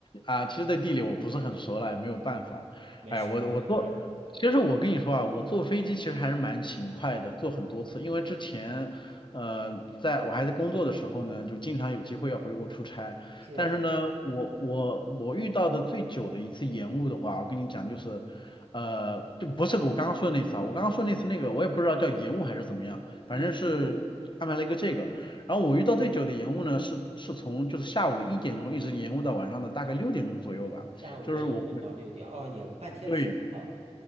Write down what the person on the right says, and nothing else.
没事没事，
是是是，
嗯，
下午的一点到六点，
哦，也半天时间了，